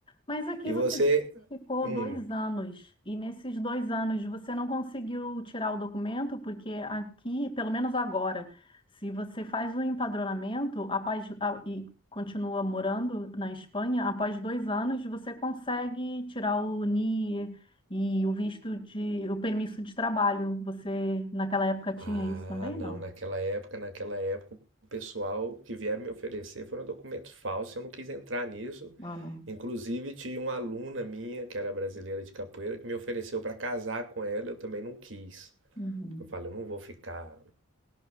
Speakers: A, on the left; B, on the right.
A: Mas aqui
B: E
A: você
B: você,
A: disse que ficou
B: hum,
A: dois anos, e nesses dois anos você não conseguiu tirar o documento, porque aqui, pelo menos agora, se você faz o empadronamento após, a- e continua morando na Espanha, após dois anos você consegue tirar o NIE e o visto de, o permisso de trabalho. Você naquela época tinha
B: Ah,
A: isso também,
B: não,
A: não?
B: naquela época, naquela época, o pessoal que vieram me oferecer foram documentos falsos, eu não quis entrar nisso.
A: Ah, não.
B: Inclusive, tinha uma aluna minha, que era brasileira de capoeira, que me ofereceu para casar com ela, eu também não quis.
A: Uhum.
B: Eu falei, eu não vou ficar,